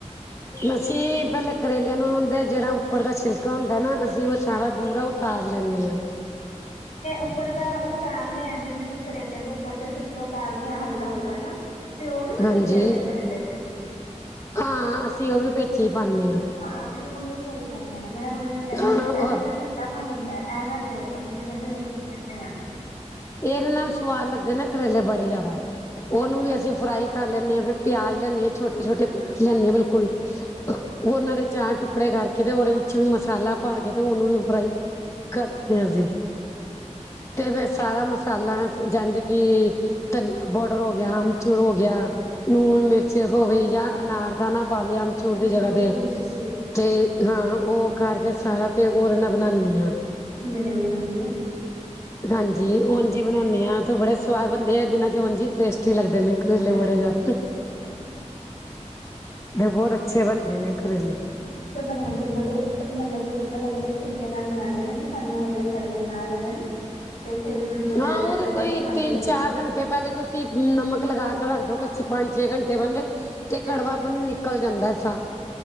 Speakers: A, on the left; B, on the left.
A: ਅਸੀਂ ਪਹਿਲੇ ਕਰੇਲਿਆਂ ਨੂੰ ਜਿਹੜਾ ਉੱਪਰ ਦਾ ਛਿਲਕਾ ਹੁੰਦਾ ਨਾ ਅਸੀਂ
B: ਅੱਛਾ
A: ਉਹ ਸਾਰਾ ਬੂਰਾ ਉਤਾਰ ਲੈਂਨੇ ਆਂ।
B: ਉੱਪਰ ਦਾ ਉਤਾਰਨਾ ਆ, ਜਿਵੇਂ ਕਰੇਲੇ ਦੇ ਉੱਪਰ ਦਾ ਸਿਲਕ ਉਤਾਰਦੇ ਹਾਂ ਹਲਕਾ ਹਲਕਾ ਜੇਆ, ਤੇ ਉਹ ਵੀ ਤੁਸੀਂ
A: ਹਾਂਜੀ
B: ਗੇਰਦੇ ਹੋ ਕਰੇਲੇ ਤੇ
A: ਹਾਂ ਅਸੀਂ ਉਹ ਵੀ ਵਿੱਚ ਹੀ ਪਾਣੇ ਆਂ।
B: ਹਾਂ ਮੇਰੀ ਮੰਮੀ ਵੀ ਇਹੀ ਕਰਦੇ ਨੇ, ਮੈਂ ਮੰਮੀ ਨੂੰ ਕਹਿੰਦੇ
A: ਹਾਂ
B: ਮੈਂ ਕਿਹਾ
A: ਉਹ
B: ਇਹੀ ਤਾਂ ਖੱਟਾਪਣ ਹੁੰਦਾ ਇਹ ਨਾ ਜੇ ਕਰ ਮੰਮੀ ਕਹਿੰਦੇ ਨਈ ਗੇਰਦੇ ਆਂ।
A: ਏਦੇ ਨਾਲ ਸਵਾਦ ਲੱਗਦੇ ਨਾ ਕਰੇਲੇ ਬੜੇ ਜ਼ਿਆਦਾ,
B: ਅੱਛਾ
A: ਉਹਨੂੰ ਵੀ ਅਸੀਂ ਫਰਾਈ ਕਰ ਲੈਂਨੇ ਆਂ ਫਿਰ ਪਿਆਜ ਲੈਨੇ ਆ ਛੋਟੇ ਛੋਟੇ ਪਿਆਜ ਲੈਨੇ ਆ ਬਿਲਕੁਲ
B: <inaudible>
A: ਉਹਨਾਂ ਦੇ ਚਾਰ ਟੁਕੜੇ ਕਰਕੇ, ਤੇ ਉਹਦੇ ਵਿੱਚ ਵੀ ਮਸਾਲਾ ਭਰ ਕੇ ਤੇ ਉਹਨੂੰ ਵੀ ਫਰਾਈ ਕਰਦੇ ਆ ਅਸੀ, ਤੇ ਫਿਰ ਸਾਰਾ ਮਸਾਲਾ ਜੰਡ ਈ ਧਨ ਬੋਡਰ ਹੋ ਗਿਆ
B: ਹਾਂ
A: ਅਮਚੂਰ
B: ਹਾਂਜੀ
A: ਹੋ
B: ਸਹੀ
A: ਗਿਆ, ਨੂਨ
B: ਗੱਲ ਹੈ।
A: ਮਿਰਚ ਚਕੋਬੀਜਾ ਅਨਾਰ ਦਾਣਾ ਪਾ ਲਿਆ ਚੂਰ
B: ਹਾਂਜੀ
A: ਦੀ ਜਗ੍ਹਾ
B: ਮੇਰੀ
A: ਤੇ,
B: ਮੰਮੀ ਵੀ ਉਹ ਵੀ ਪਾਉਂਦੀ
A: ਤੇ ਹਾਂ ਉਹ
B: ਜੀਰਾ ਵਗੈਰਾ
A: ਕਰਕੇ ਸਾਰਾ ਤੇ ਉਹਦੇ ਨਾਲ ਬਣਾਨੀ ਆ
B: ਹੁੰਦੇ ਨੇ ਵੀ ਮੰਮੀ ਨਾ
A: ਹਾਂਜੀ ਉਝ
B: ਹਾਂਜੀ
A: ਈ ਬਣਾਨੇ ਆ ਤੂੰ ਬੜੇ ਸਵਾਦ ਬਣਦੇ ਆ ਇਹ ਦਿਨਾਂ ਚ ਉਸ ਈ ਟੇਸਟੀ ਲੱਗਦੇ ਨੇ ਕਰੇਲੇ
B: ਹਾਂਜੀ
A: ਬੜੇ ਜਾਦੇ,
B: ਹਾਂਜੀ
A: ਬਹੁਤ ਅੱਛੇ
B: ਬਸ
A: ਬਣਦੇ ਨੇ ਕਰੇਲੇ
B: ਮੈਨੂੰ ਬਣਾਦੇ ਬੜੇ ਮਤਲਬ ਕਿ ਅਲੱਗ-ਅਲੱਗ ਤਰੀਕੇ ਨਾਲ ਬਨਾਦੇ ਨੇ ਕਿ ਸਾਨੂੰ ਮਤਲਬ ਕੜਵੇ ਨਾ ਲੱਗਣ। <inaudible> ਤੇ ਫੇਰ ਮੈਨੂੰ ਕੜਵੇ
A: ਹਾਂ ਉਹਦੇ
B: ਲੱਗਦੇ
A: ਕੋਈ
B: ਮੈਂ ਖਾਂਦੀ
A: ਤਿੰਨ ਚਾਰ
B: ਨੀ
A: ਘੰਟੇ ਪਹਿਲੇ ਤੁਸੀਂ ਤੁਸੀਂ ਨਮਕ ਲਗਾ ਕੇ ਰੱਖਦੋ
B: ਹਾਂ
A: ਕੁੱਛ ਪੰਜ ਛੇ ਘੰਟੇ ਪਹਿੰਲੇ ਤੇ ਕੜਵਾ
B: ਐਵੇਂ
A: ਪਾਣੀ ਨਿਕਲ ਜਾਂਦਾ ਸਾਹ